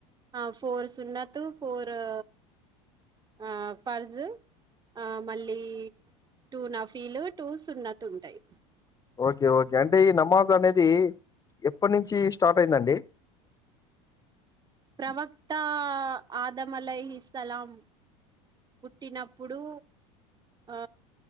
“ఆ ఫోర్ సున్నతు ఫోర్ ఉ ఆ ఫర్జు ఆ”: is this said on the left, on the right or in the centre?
Right